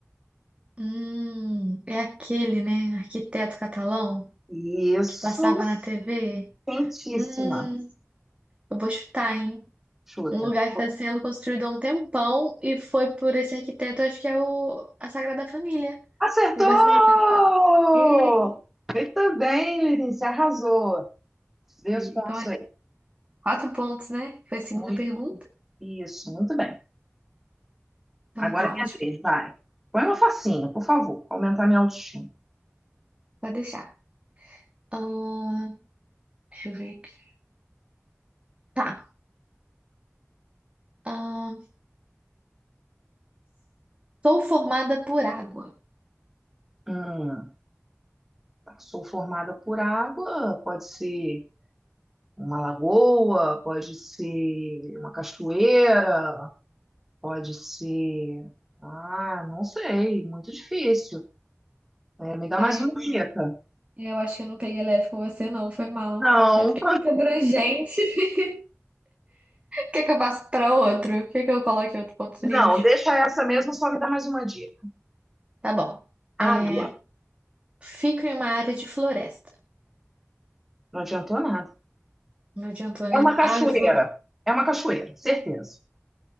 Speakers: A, on the right; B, in the centre.
A: Hum, é aquele, né, arquiteto catalão
B: Isso,
A: que passava na TV?
B: quentíssima.
A: Hum, eu vou chutar, hein?
B: Chuta.
A: Um lugar que está sendo construído há um tempão e foi por esse arquiteto, acho que é o, a Sagrada Família
B: Acertou!
A: de Barcelona. Ah, e-
B: Muito bem, Lenice, arrasou. Vê
A: Então,
B: os pontos
A: é
B: aí.
A: quatro pontos, né? Foi a segunda
B: Muito-
A: pergunta.
B: isso, muito bem.
A: Então
B: Agora
A: tá,
B: é minha
A: vou te-
B: vez, vai. Põe uma facinha, por favor, pra aumentar minha autoestima.
A: pode deixar. Ahn, deixa eu ver aqui. Tá. Ahn, sou formada por água.
B: Hum, sou formada por água, pode ser uma lagoa, pode ser uma cachoeira, pode ser. Ah, não sei, muito difícil. É, me dá
A: Ai,
B: mais uma dica.
A: eu acho que eu não peguei leve com você, não. Foi mal.
B: Não,
A: É porque fica abrangente. <laughs> Quer que eu passe para outro? Quer que eu coloque outro ponto
B: não,
A: turístico?
B: deixa essa mesmo, só me dá mais uma dica.
A: Tá bom. É,
B: Água,
A: Fica em uma área de floresta.
B: não adiantou nada.
A: Não adiantou, né?
B: É uma cachoeira.
A: Água e floresta.
B: É uma cachoeira, certeza.